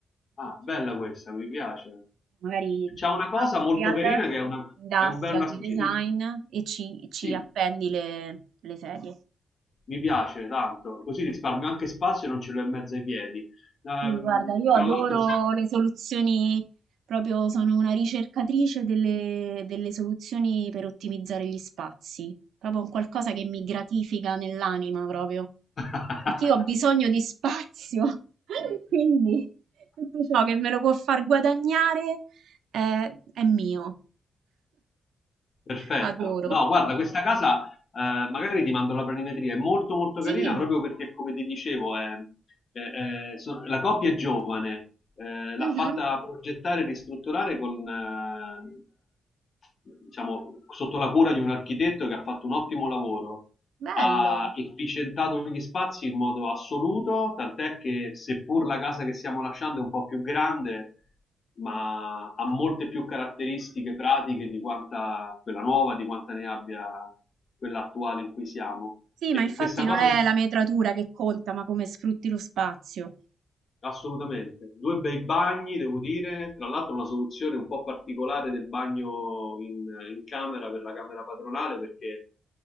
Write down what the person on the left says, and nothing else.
Ah,
bella questa, mi piace.
C'ha una cosa molto carina che è una,
è un bel- una
specie
di...
Sì,
mi piace tanto, così risparmio anche spazio e non ce l'ho in mezzo ai piedi. Ehm,
tra
l'altro...
<laughs>
Perfetto.
No, guarda, questa casa eh, magari ti mando la planimetria, è molto molto
carina proprio perché, come ti dicevo, è- è- è- so- la coppia è giovane, eh, l'ha
fatta progettare e ristrutturare con, eh, il- diciamo, sotto la cura di un architetto che ha fatto un ottimo lavoro
ha efficientato gli spazi in modo assoluto, tant'è che seppur la casa che stiamo lasciando è un po' più grande, ma ha molte più caratteristiche pratiche di quanta quella nuova, di quanta ne abbia quella attuale in cui siamo.
E
questa cosa
Assolutamente, due bei bagni, devo dire, tra l'altro una soluzione un po' particolare del bagno in, in camera per la camera padronale perché